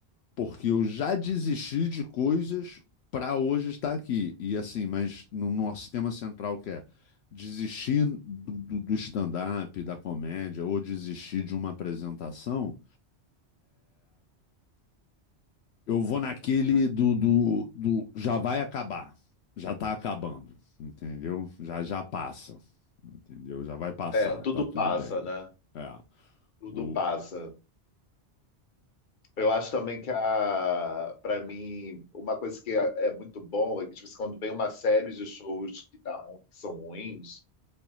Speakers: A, on the left; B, on the left.
A: porque eu já desisti de coisas para hoje estar aqui. E assim, mas no nosso tema central que é desistir do, do, do stand-up, da comédia, ou desistir de uma apresentação, eu vou naquele do, do, do já vai acabar, já tá acabando, entendeu? Já já passa, entendeu? Já vai passar,
B: É, tudo
A: tá tudo
B: passa,
A: bem.
B: né?
A: É.
B: Tudo
A: O-
B: passa. Eu acho também que a, para mim, uma coisa que é, é muito bom é que tipo, assim, quando vem uma série de shows que, tá, ru- que são ruins,